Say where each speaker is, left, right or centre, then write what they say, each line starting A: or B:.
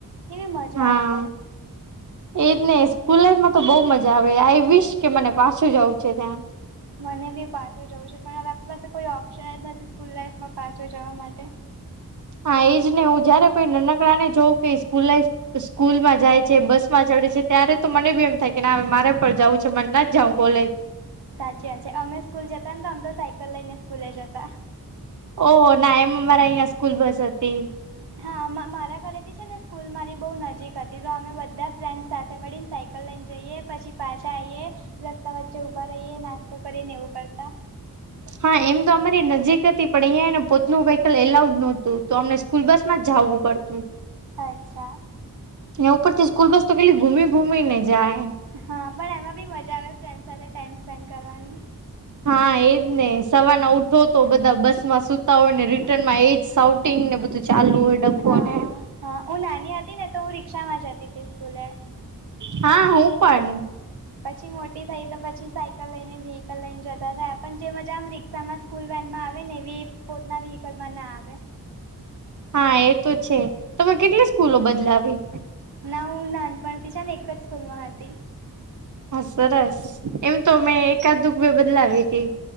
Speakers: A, on the right; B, on the right.
A: કેવી મજા
B: હા
A: આવે.
B: એજ ને, સ્કૂલ લાઈફમાં તો બહુ મજા આવે. આઈ વિશ, કે મને પાછું જવું છે ત્યાં.
A: મને બી પાછું જવું છે. પણ હવે આપણી પાસે કોઈ ઓપ્શન જ નથી, સ્કૂલ લાાઈફમાં પાછળ જવા માટે.
B: હા એજ ને, હું જયારે કોઈ નાનકડા ને જોઉ કે સ્કૂલ લાઈફ- સ્કૂલ માં જાય છે, બસ માં ચડે છે, ત્યારે તો મને બી એમ થાય કે, ના હવે મારે પણ જાવું છે. મને નથી જાઉ કોલેજ-
A: સાચી વાત છે, અમે સ્કૂલ જતા ને, તો આમ તો સાયકલ લઈને સ્કૂલે જતા.
B: ઓહ! ના, એમ અમારા અહીં સ્કૂલ બસ હતી.
A: હા મારા ઘરેથી છે, ને સ્કૂલ મારી બહુ નજીક હતી, તો અમે બધા ફ્રેન્ડસ સાથે મળીને સાયકલ- લઈને જઈએ, પછી પાછા આઈએ, રસ્તા વચ્ચે ઊભા રહીએ, નાસ્તો કરીને એવું કરતા.
B: હા, એમ તો અમારી નજીક હતી, પણ અહિયાંને પોતનું વ્હીકલ એલાઉડ નોતું. તો અમે- સ્કૂલ બસમાં જાવું પડતું.
A: અચ્છા,
B: ઉપરથી સ્કૂલ બસ તો કેટલી ઘૂમી ઘૂમીને જાય.
A: હા, પણ એમાં બી મજા આવે ફ્રેન્ડસ સાથે ટાઈમ સ્પેન્ડ કરવાની.
B: હા એજ ને, સવારના ઉઠોતો બધા બસમાં સુતા હોય ને રિટર્નમાં એજ સાવ - <unintelligible> ને બધું ચાલુ હોય, ડખો
A: હા,
B: ને
A: હા, હું નાની હતી ને તોહું રિક્ષામાં જતી હતી સ્કૂલે.
B: હા, હું, પણ.
A: પછી, મોટી થઈ તો પછી સાયકલ લઈને વ્હીકલ લઈને જતા થયા. પણ જે મજા આમ રી- તમે સ્કૂલ વેનમાં આવે, ને એવી પોતના વ્હીકલમાં ના આવે.
B: હા એતો છે, તમે કેટલી સ્કૂલો બદલાવી.
A: ના હું નાનપણથી છેને, એક જ સ્કૂલમાં હતી.
B: હા સરસ, એમ તો મેં એકાદુ ક બે બદલાવી તી.